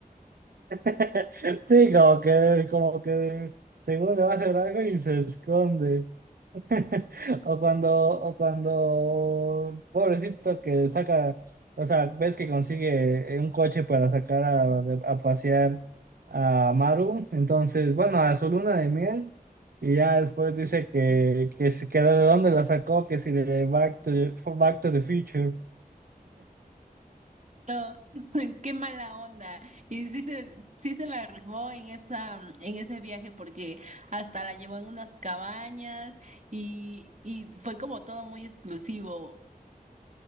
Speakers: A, on the right; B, on the right.
A: <laughs> Sí, como que, como que según le va a hacer algo y se esconde. <laughs> O cuando, o cuando, pobrecito que saca, o sea, ves que consigue eh, un coche para sacar a, de- a pasear a Maru, entonces, bueno, a su luna de miel, y ya después dice que, que, si- que de dónde la sacó, que si de Back to, Back to the Future.
B: No, <laughs> qué mala onda. Y sí se, sí se la rifó en esa, en ese viaje porque hasta la llevó en unas cabañas y, y fue como todo muy exclusivo.